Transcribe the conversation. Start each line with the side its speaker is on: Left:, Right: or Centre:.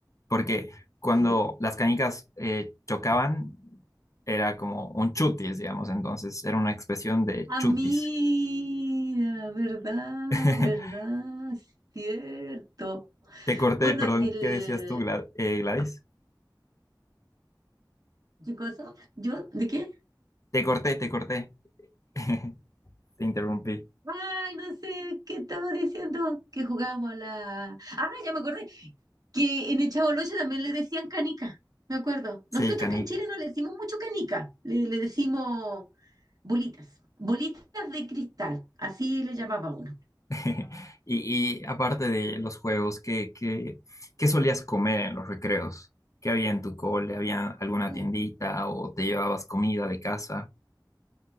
Left: Porque cuando
Right: ¿sí?
Left: las canicas eh, chocaban, era como un chutis, digamos. Entonces era una expresión de
Right: Ah,
Left: chutis
Right: mira, verdad,
Left: <laughs>
Right: verdad, cierto.
Left: Te corté,
Right: Bueno,
Left: perdón,
Right: el...
Left: ¿qué decías tú, Gla- eh, Gladys?
Right: ¿Qué cosa? ¿Yo? ¿De qué?
Left: Te corté, te corté. <laughs> Te interrumpí.
Right: Ay, no sé, ¿qué estaba diciendo? Que jugábamos a la... Ah, ya me acordé, que en el Chaboloche también le decían canica, me acuerdo.
Left: Sí,
Right: Nosotros
Left: canicas.
Right: acá en Chile no le decimos mucho canica, le, le decimos bolitas, bolitas de cristal, así le llamaba uno.
Left: <laughs> Y, y aparte de los juegos, ¿qué, qué, qué solías comer en los recreos? ¿Qué había en tu cole? ¿Había alguna
Right: Uh,
Left: tiendita o te llevabas comida de casa?